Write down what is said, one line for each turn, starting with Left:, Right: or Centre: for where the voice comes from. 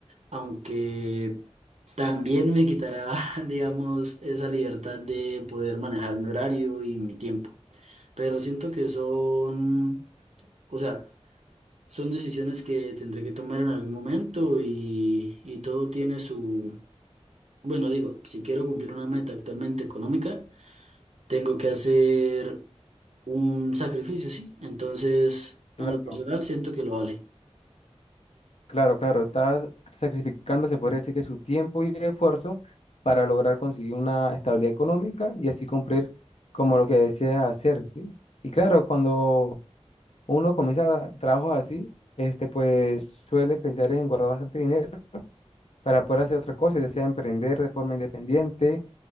Right: aunque también me quitará, <laughs> digamos, esa libertad de poder manejar mi horario y mi tiempo. Pero siento que son, o sea, son decisiones que tendré que tomar en algún momento y, y todo tiene su, bueno, digo, si quiero cumplir una meta actualmente económica, tengo que hacer un sacrificio, sí. Entonces, en
Left: Cla-
Right: lo personal, siento que lo vale.
Left: Claro, claro, estás sacrificando, se podría decir que su tiempo y esfuerzo para lograr conseguir una estabilidad económica y así cumplir como lo que deseas hacer, ¿sí? Y claro, cuando uno comienza trabajos así, este, pues suele pensar en guardar bastante dinero para poder hacer otra cosa, ya sea emprender de forma independiente